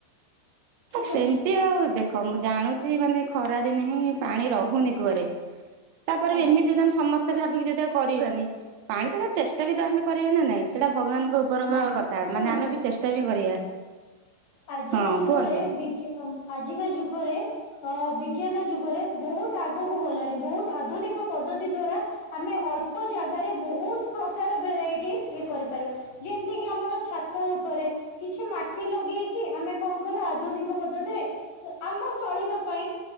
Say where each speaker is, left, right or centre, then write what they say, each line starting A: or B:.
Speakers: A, on the left; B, on the right.
A: ଠିକ୍
B: ସେମିତି
A: ଅଛି
B: ଆଉ ଦେଖ, ମୁଁ ଜାଣୁଛି ମାନେ ଖରାଦିନେ ହିଁ ପାଣି ରହୁନି। କୁଅ ରେ। ତାପରେ
A: ଆଜ୍ଞା
B: ବି ଏମିତି ତମେ ସମସ୍ତେ। ତେ ଭାବିକି ଯଦି ଆଉ କରିବାନି ପାଣି ତ ଚେଷ୍ଟା ବି ତ ଆମେ କରିବା ନାହିଁ। ସେଇଟା ଭଗବାନଙ୍କ ଉପରଙ୍କ
A: ନାଇଁ
B: କଥା
A: ଶୁଣନ୍ତୁ
B: ମାନେ ଆମେ ବି ଚେଷ୍ଟା ବି କରିବା।
A: ଆଜିକା
B: ହଁ
A: ଯୁଗରେ
B: କୁହନ୍ତୁ
A: ବି କି ଆଜିକା ଯୁଗରେ ଅଁ ବିଜ୍ଞାନ ଯୁଗରେ ବହୁତ ଆଗକୁ ଗଲାଣି, ବହୁତ ଆଧୁନିକ ପଦ୍ଧତି ଦ୍ଵାରା ଆମେ ଅ ଅଳ୍ପ ଜାଗାରେ ବହୁତ ପ୍ରକାର ଭେରାଇଟି ଇଏ କରିପାରିବା। ଯେମିତି କି ଆମର ଛାତ ଉପରେ। କିଛି ମାଟି ଲଗେଇକି। କି ଆମେ କଣ କଲା ଆଧୁନିକ ପଦ୍ଧତିରେ ଆମ ଚଳିବା ପାଇଁ